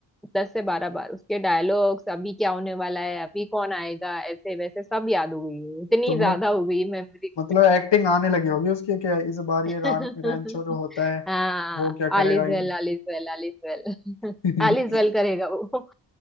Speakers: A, in the centre; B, on the left.
A: दस से बारह बार उसके डायलॉग्स अभी क्या होने वाला है अभी कौन आएगा ऐसे वैसे सब याद हो गई है इतनी
B: तुमने
A: ज्यादा हो गई मेमोरी
B: मतलब एक्टिंग आने लगी होगी उसकी क्या इस बार
A: <laughs>
B: ये रान रैंचो जो होता है
A: हाँ
B: वो क्या करेगा
A: all is well
B: इन
A: all is well all is well
B: <laughs>
A: all is well <laughs> करेगा वो